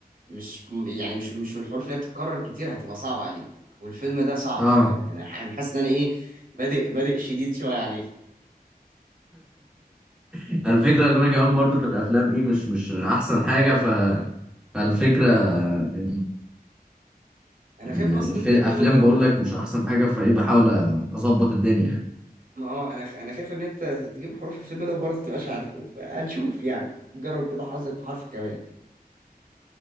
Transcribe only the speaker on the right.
مش يعني مش مش من الحروف اللي بتتكرر كتير هتبقى صعب عليك والفيلم ده صعب
شويه يعني انا ح- أنا حاسس ان انا ايه بادئ بادئ شديد شويه عليك
انا
خايف اصلا ان انت
تجيب الحروف
ما هو انا خ- انا خايف ان انت تجيب حروف الفيلم ده وبرضه تبقاش عارف حروف هنشوف يعني جرب كده حظك في حرف كمان